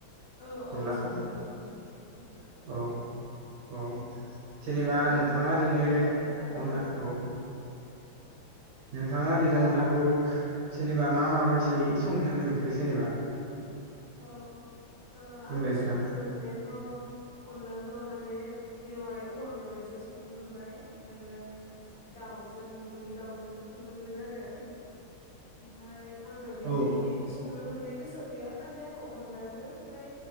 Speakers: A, on the left; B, on the right.
A: औ औ
B: अनलाखौ
A: संजायो नोंथां ओं
B: औ औ
A: माने
B: जेनेबा
A: जों अनलाखौ
B: नोंथाङा
A: गोबां
B: ओरैनो
A: रोखोमै जानो
B: अनला
A: हायो आरो
B: औ नोंथाङा ओरैनो अनलाखौ जेनेबा मा माबायदियै संनो मोनखो जेनेबा
A: औ
B: बुंलाय
A: आङो
B: नोंथां
A: संनो मोननायाथ' अनलाखौ माने मेवाइ औवा मेवाइजों संनो मोनबाय ओमफायो दाउजों न'नि दाउजों संनो मोनदों आरो ओमफाय आङो बिदि
B: औ
A: संनो मोननाय गोसोआव गैया खालि आङो अनलाजों ओमफाय